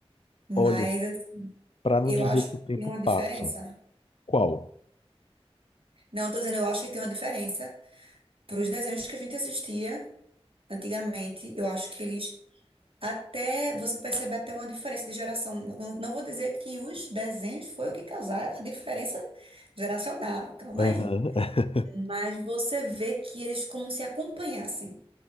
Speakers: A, on the right; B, on the left.
A: Mas
B: Olha,
A: assim,
B: para não
A: eu
B: dizer
A: acho
B: que
A: que
B: o tempo
A: tem uma diferença.
B: passa. Qual?
A: Não, tô dizendo, eu acho que tem uma diferença. Para os desenhos que a gente assistia antigamente, eu acho que eles até você percebe até uma diferença de geração. Não, não vou dizer que os desenhos foi o que causaram a diferença geracional, calma
B: Aham.
A: aí.
B: <laughs>
A: Mas você vê que eles como se acompanhassem,